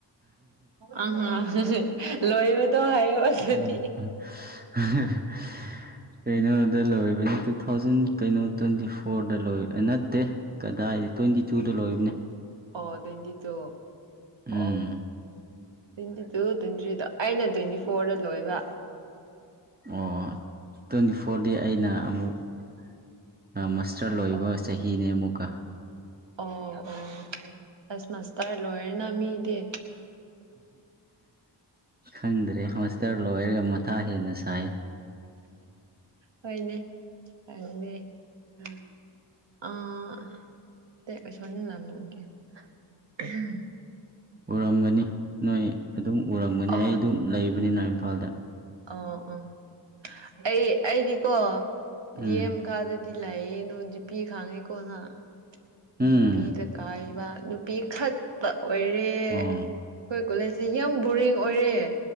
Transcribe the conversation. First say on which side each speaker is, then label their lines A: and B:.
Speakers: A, on the right; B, on the right.
A: ꯑꯣ <unintelligible> ꯂꯣꯏꯕꯗꯣ ꯍꯥꯏꯌꯣ ꯑꯗꯨꯗꯤ
B: <unintelligible> ꯀꯩꯅꯣꯗ ꯂꯣꯏꯕꯅꯤ ꯇꯨ ꯊꯥꯎꯖꯟ ꯀꯩꯅꯣ ꯇ꯭ꯋꯦꯟꯇꯤ ꯐꯣꯔꯗ ꯂꯣꯏꯕ ꯅꯠꯇꯦ ꯀꯗꯥꯏꯗꯩ ꯇ꯭ꯋꯦꯟꯇꯤ ꯇꯨꯗ ꯂꯣꯏꯕꯅꯦ
A: ꯑꯣ ꯇ꯭ꯋꯦꯟꯇꯤ ꯇꯨ
B: ꯎꯝ
A: ꯑꯣ ꯇ꯭ꯋꯦꯟꯇꯤ ꯇꯨ ꯇ꯭ꯋꯦꯟꯇꯤ ꯊ꯭ꯔꯤꯗꯣ ꯑꯩꯅ ꯇ꯭ꯋꯦꯟꯇꯤ ꯐꯣꯔꯗ ꯂꯣꯏꯕ
B: ꯑꯣ ꯇ꯭ꯋꯦꯟꯇꯤ ꯐꯣꯔꯗꯤ ꯑꯩꯅ ꯑꯃꯨꯛ ꯁꯔ ꯂꯣꯏꯕ
A: ꯑꯣ
B: ꯆꯍꯤꯅꯦ ꯑꯃꯨꯛꯀꯥ
A: ꯑꯣ ꯑꯣ ꯑꯁ ꯃꯥꯥꯁꯇꯔ ꯂꯣꯏꯔꯦꯅ ꯃꯤꯗꯤ
B: ꯈꯪꯗ꯭ꯔꯦ ꯃꯥꯁꯇꯔ ꯂꯣꯏꯔꯒ ꯃꯊꯥ ꯍꯦꯟꯅ ꯁꯥꯏ
A: ꯍꯣꯏꯅꯦ <unintelligible> ꯑꯥ <unintelligible>
B: ꯎꯔꯝꯒꯅꯤ ꯅꯣꯏ ꯑꯗꯨꯝ ꯎꯔꯝꯒꯅꯤ
A: ꯑ
B: ꯑꯩ ꯑꯗꯨꯝ ꯂꯩꯕꯅꯤꯅ ꯏꯝꯐꯥꯜꯗ
A: ꯑꯣ ꯎꯝ ꯑꯩ ꯑꯩꯗꯤꯀꯣ ꯗꯤ
B: ꯎꯝ
A: ꯑꯦꯝ ꯀꯥꯗꯗꯤ <unintelligible> ꯑꯗꯣ ꯖꯤꯄꯤ ꯈꯥꯡꯉꯦꯀꯣ ꯅꯪ
B: ꯎꯝ
A: ꯒꯤ ꯄꯤꯗ ꯀꯥꯏꯕ ꯅꯨꯄꯤꯈꯛ ꯄꯥ ꯑꯣꯏꯔꯦ ꯑꯩꯈꯣꯏ
B: ꯑꯣ
A: ꯀꯣꯂꯦꯁꯦ ꯌꯥꯝ ꯕꯣꯔꯤꯡ ꯑꯣꯏꯔꯦ